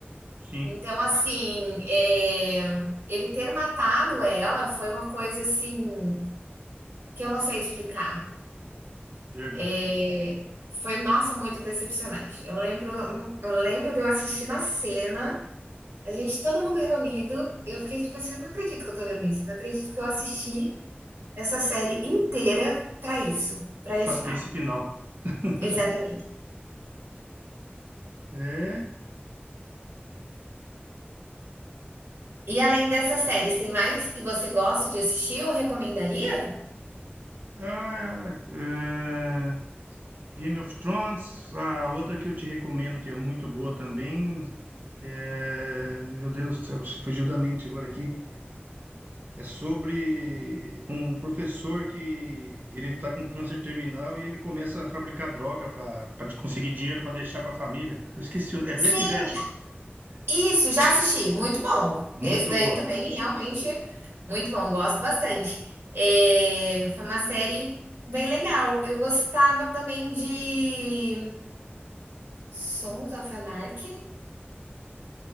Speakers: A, on the right; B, on the right.
A: sim,
B: Então, assim, é, ele ter matado ela foi uma coisa assim que eu não sei explicar.
A: verdade.
B: É, foi, nossa, muito decepcionante. Eu lembro, eu lembro de eu assistindo na cena, a gente, todo mundo reunido, eu fiquei tipo assim, eu não acredito que eu tô vendo isso, não acredito que eu assisti Essa série inteira para isso, para esse
A: Pra ter
B: final.
A: esse final. <laughs>
B: Exatamente.
A: É,
B: E além dessas séries, tem mais que você gosta de assistir ou recomendaria?
A: ah, é, Game of Thrones, a outra que eu te recomendo que é muito boa também. é, meu Deus do céu, fugiu da mente agora aqui. É sobre um professor que ele tá com câncer terminal e ele começa a fabricar droga para para conseguir dinheiro para deixar para a família. Eu esqueci, o- é Breaking
B: Sim,
A: Bad.
B: isso, já assisti. Muito bom.
A: Muito
B: Esse daí
A: boa.
B: também, realmente, muito bom. Gosto bastante. É, foi uma série bem legal. Eu gostava também de Sons of Anarchy.